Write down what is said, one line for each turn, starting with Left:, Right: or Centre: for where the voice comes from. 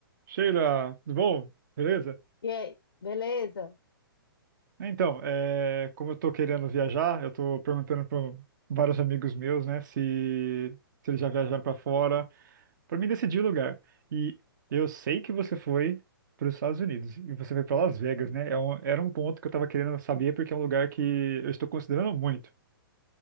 Right: Sheila, tudo bom? Beleza?
Left: E aí, beleza?
Right: Então, é, como eu tô querendo viajar, eu tô perguntando para vários amigos meus, né, se, se eles já viajaram para fora, para mim decidir o lugar. E eu sei que você foi para os Estados Unidos e você foi para Las Vegas, né? É um- era um ponto que eu tava querendo saber porque é um lugar que eu estou considerando muito.